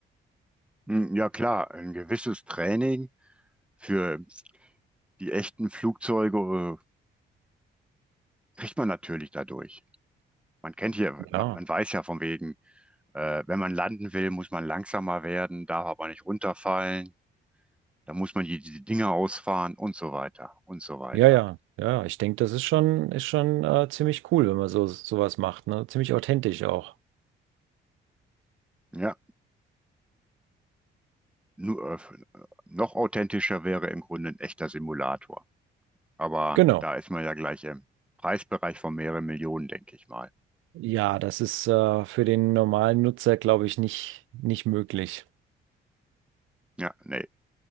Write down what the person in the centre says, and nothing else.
Hm, ja klar, ein gewisses Training für die echten Flugzeuge äh, kriegt man natürlich dadurch. Man kennt hier, man
man weiß ja von wegen, äh, wenn man landen will, muss man langsamer werden, darf aber nicht runterfallen, da muss man die, die Dinger ausfahren und so weiter und so weiter.
Ja, nur, äh, äh, noch authentischer wäre im Grunde ein echter Simulator. Aber
da ist man ja gleich im Preisbereich von mehreren Millionen, denke ich mal.
Ja, nee,